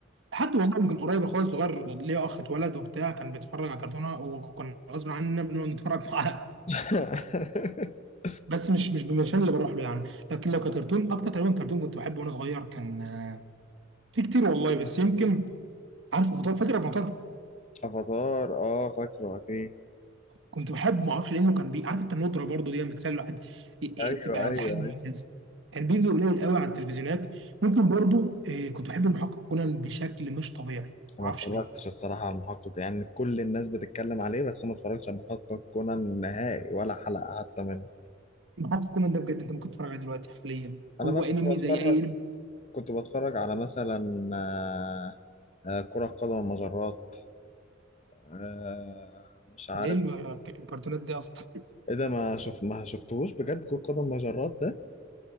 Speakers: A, on the right; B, on the left.
A: لحد والله من قريب اخويا الصغير ليا اخ اتولد وبتاع كان بيتفرج على كرتونه وكان غصب عننا بنقعد نتفرج معاه <laughs>
B: <laughs>
A: بس مش مش بالمشان اللي بروح له يعني لكن لو ككرتون اكتر تقريبا كرتون كنت بحبه وانا صغير كان آه، في كتير والله بس يمكن عارف مطار فاكر أبو مطار
B: افاتار اه فاكره اكيد
A: كنت بحبه ما اعرفش لانه كان بي عارف انت الندره برضه دي بتخلي الواحد ي- ي-
B: ايوه
A: تبقى
B: ايوه
A: لحد مميز.
B: ايوه
A: كان بيجي قليل قوي على التلفزيونات ممكن برضه إيه، كنت بحب المحقق كونان بشكل مش طبيعي
B: أنا
A: ما اعرفش
B: ما اتفرجتش
A: ليه
B: الصراحه على المحقق يعني كل الناس بتتكلم عليه بس أنا ما اتفرجتش على المحقق كونان نهائي ولا حلقه حتى منه
A: المحقق كونان ده بجد انت ممكن تتفرج عليه دلوقتي حاليا
B: انا
A: هو
B: بقى كنت
A: انمي
B: بتفرج
A: زي اي انمي
B: كنت بتفرج على مثلا آه، آه، كرة قدم المجرات آه، مش عارف
A: ده ايه الكرتونات دي اصلا
B: ايه ده ما شوف ما شفتهوش بجد كرة قدم المجرات